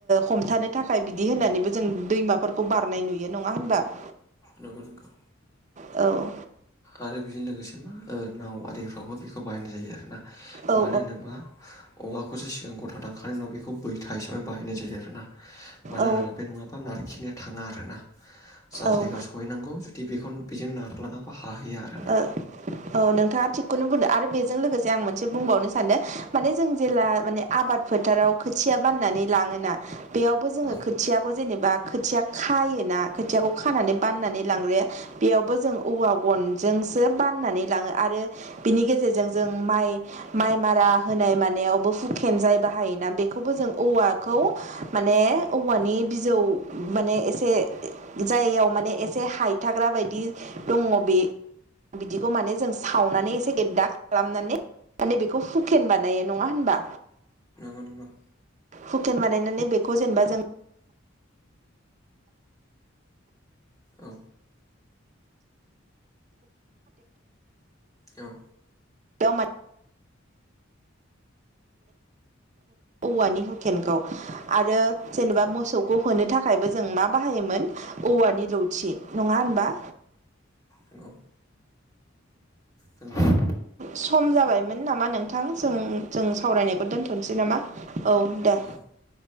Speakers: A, on the right; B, on the left.
A: हमथानो थाखाय बिदि होननानैबो जों दैमाफोरखौ बारनाय नुयो नङा होनबा <inaudible>
B: नंगौ नंगौ
A: औ
B: आरो बेजों लोगोसे मा ओ नाव आरिफ्रावबो बेखौ बाहायनाय जायो आरोना
A: औ
B: मानो होनोबा औवाखौसो सिगां गथा दांखांनायनि उनाव बेखौ बैथा हिसाबै बाहायनाय जायो आरोना मानो
A: औ
B: होनोब्ला बे नङाबा नारखिनाया थाङा आरोना जा
A: औ
B: जायगा सम सहैनांगौ जुदि बेखौ बेजों नारलाङाबा सहैया आरो ना।
A: ओ औ नोंथाङा थिगखौनो बुंदों आरो बेजों लोगोसे आं मोनसे बुंबावनो सानदों माने जों जेला माने आबाद फोथाराव खोथिया बाननानै लाङोना बेयावबो जोङो
B: औ
A: खोथियाखौ जेनेबा खोथिया खायोना खोथियाखौ खानानै बाननानै लांग्रो बेयावबो जों औवा गन सो बाननानै लाङो आरो बिनि गेजेरजों जों माइ माइ मारा होनाय मानायावबो हुकेन जाय बाहायोना बेखौबो जों औवाखौ माने औवानि बिजौ माने एसे जायगायाव माने एसे हायथाग्रा बायदि दङ बे बिदिखौ माने जों सावनानै एसे गेददा खालामनानै माने बेखौ हुखेन बान नङा होमबा
B: होनबा नंगौ
A: हुकेन बानायनानै बेखौ जेनेबा जों
B: औ औ
A: बेयाव औवानि हुकेनखौ आरो जेनेबा
B: औ
A: मोसौ खौ होनो थाखायबो जों मा बाहायोमोन औवानि लावथि नङा होनबा।
B: नोंगौ खोनादों
A: सम जाबायमोन नामा नोंथां जों जों सावरायनायखौ दोन्थ'नोसै नामा? औ दे
B: नामा औ